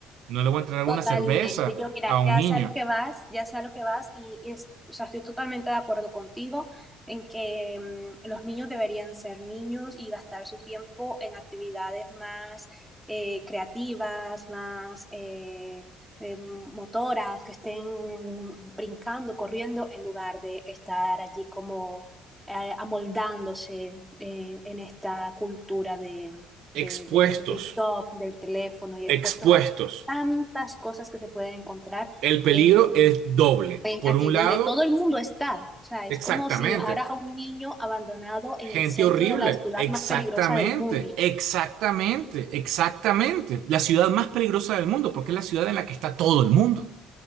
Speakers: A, on the right; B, in the centre.
A: No le voy a entregar
B: Totalmente.
A: una cerveza
B: Yo, mira,
A: a un
B: ya
A: niño.
B: sé a lo que vas, ya sé a lo que vas y, y es- o sea, estoy totalmente de acuerdo contigo en que mm, los niños deberían ser niños y gastar su tiempo en actividades más eh, creativas, más eh, eh, motoras, que estén brincando, corriendo, en lugar de estar allí como eh, amoldándose en, en esta cultura de, de,
A: Expuestos,
B: de- del TikTok, del teléfono y
A: expuestos.
B: expuestos a tantas cosas que se pueden encontrar
A: El peligro
B: en,
A: es doble.
B: en-
A: Por
B: aquí,
A: un
B: donde
A: lado,
B: todo el mundo está. O sea,
A: exactamente.
B: es como si dejaras a un niño abandonado en
A: Gente
B: el centro
A: horrible.
B: de la ciudad
A: Exactamente,
B: más peligrosa del mundo.
A: exactamente, exactamente. La ciudad más peligrosa del mundo, porque es la ciudad en la que está todo el mundo.